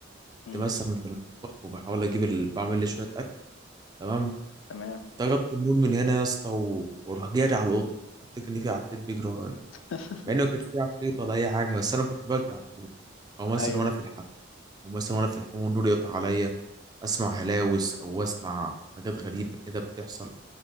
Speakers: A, on the right; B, on the left.
A: كنت
B: امم
A: مثلا في المطبخ وبحاول اجيب ال... بعمل لي شويه تمام
B: تمام
A: طردت النور من هنا يا اسطى و- واروح جاري على الاوضه افتكر ان في عفريت بيجري ورايا
B: <laughs>
A: مع انه ما كانش في عفريت ولا اي حاجه بس انا كنت بجري على طول او مثلا
B: ايوه
A: وانا في
B: أيوة.
A: الحمام او مثلا وانا في الحمام والنور يقطع عليا اسمع هلاوس او اسمع حاجات غريبه كده بتحصل